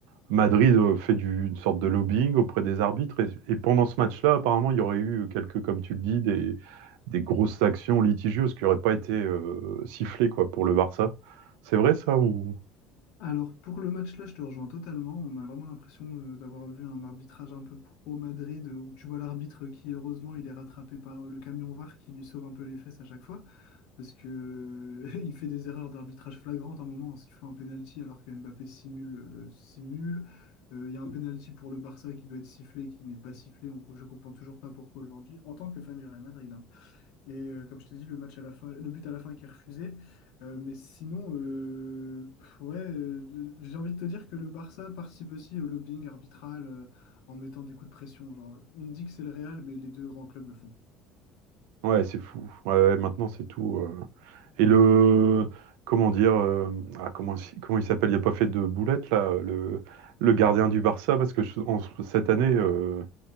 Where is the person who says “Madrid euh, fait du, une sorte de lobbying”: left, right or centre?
Right